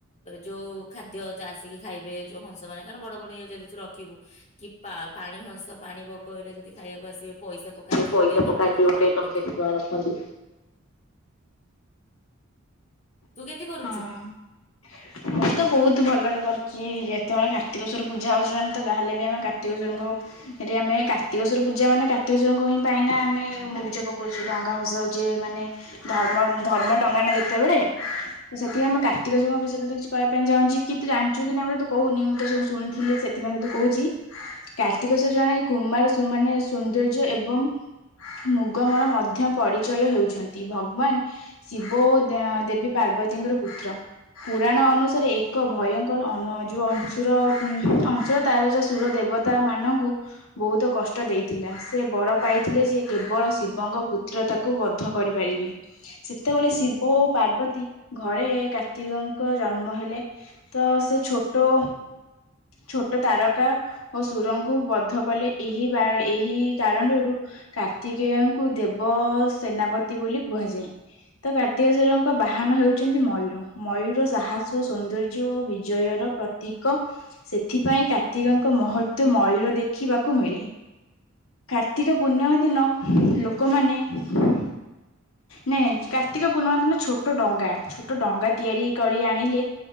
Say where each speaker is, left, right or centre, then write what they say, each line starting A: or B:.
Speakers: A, on the left (about 35°); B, on the left (about 80°).
A: ଯୋଉ ଖାଦ ଆସିକି ଖାଇବେ ଯୋଉ ହଂସ ମାନେ କ ବଡ ବଡଇଏଦେୁ ରଖିବୁ କି ପାଣି ହଂସ ପାଣି ବଗ ଏଟା ଯଦି ଖାଇବାକୁ ଆସିବେ ପଇସା ପକାନ୍ତି
B: ପଇସା
A: ଗୋଟେ
B: ପକାନ୍ତି
A: ଟଙ୍କା ଦି ଟଙ୍କା
B: ଗୋଟେ
A: ରଖନ୍ତି।
B: ଟଙ୍କେ ଦି ଟଙ୍କା ରଖନ୍ତି
A: ତୁ କେମିତି କରୁଛୁ?
B: ହଁ ମୁଁ ତ ବହୁତ ଭଲରେ କରି କି ଯେତେବେଳେ କାର୍ତ୍ତିକେଶ୍ୱଵର ପୂଜା ହେଉଛି ମାନେ ତ ତାାହେଲେ ବି ଆମେ କାର୍ତିକେଶ୍ୱରଙ୍କରେ ଆମେ କାର୍ତ୍ତିକ ସ୍ୱଵର ପୂଜା ମାନେ କାର୍ତିକେଶ୍ୱରଙ୍କ ହିଁ ପାଇଁ ନା ଆମେ ମୁରିଚ ପକଉଛେ ଡଙ୍ଗା ଫସାଉଛେ ମାନେ ଧର୍ମ ଧର୍ମ ଡଙ୍ଗା ନା ଯେତେବେଳେ ତ ସେଥିପାଇଁ ଆମେ କାର୍ତ୍ତିକ ସ୍ୱଵରଙ୍କ ବିୟରେତେ କିଛି କହିବା ପାଇଁ ଚାହୁଁଛି କି ତୁ ଜାଣିଛୁ କି ନା ଆମର ତ କହୁନି ମୁଁ ତ ସୁ ଶୁଣିଥିଲି ସେଥିପାଇଁ ତତୁ କହୁଛି କାର୍ତ୍ତିକ ସ୍ୱବର ଜଣେ କୁମାର ମାନେ ସୌନ୍ଦର୍ଯ୍ୟ ଏବଂ ମୁଗମ ମଧ୍ୟ ପରିଚୟ ହେଉଛନ୍ତି ଭଗବାନ ଶିବ ଓ ଦେବୀ ପାର୍ବତୀଙ୍କର ପୁତ୍ର ପୁରାଣ ଅନୁସାରେ ଏକ ଭୟଙ୍କରୁ ଯୋଉ ଅଂଶୁର ଅଂଶୁର ତା ସୁର ଦେବତା ମାନଙ୍କୁ ବହୁତ କଷ୍ଟ ଦେଇଥିଲା ସେ ବଡ ପାଇଥିଲେ ଯେ କେବଳ ଶିବଙ୍କ ପୁତ୍ର ତାକୁ ବଦ୍ଧ କରିପାରିବି ସେତେବେଳେ ଶିବ ଓ ପାର୍ବତୀ ଘରେ କାର୍ତ୍ତିକଙ୍କ ଜନ୍ମ ହେଲେ ତ ସେ ଛୋଟ ଛୋଟ ତାରକା ଓ ସୁରଙ୍କୁ ବଦ୍ଧ କଲେ। ଏହି ବା ଏହି କାରଣରୁ କ ଅତିକେଙ୍କୁ ଦେବ ସେନାପତି ବୋଲି କୁହାଯାଏ ତ କାର୍ତ୍ତିକ ସ୍ୱରଙ୍କ ବାହାନ ହେଉଛନ୍ତି ମୟୂର ମୟୂର ସାହସ ସୌନ୍ଦର୍ଯ୍ୟ ଓ ବିଜୟର ପ୍ରତୀକ ସେଥିପାଇଁ କାର୍ତ୍ତିକଙ୍କ ମହ ତ ମୟୂର ଦେଖିିବା। କ ମିଳେ କାର୍ତ୍ତିକ ପୂର୍ଣ୍ଣିମା ଦିନ ଲୋକମାନେ ନାଇଁ, ନାଇଁ କାର୍ତ୍ତିକ ପୂର୍ଣ୍ଣିମା ଦିନ ଛୋଟ ଡଙ୍ଗା, ଛୋଟ ଡଙ୍ଗା ତିଆରି କରି ଆଣିଲେ,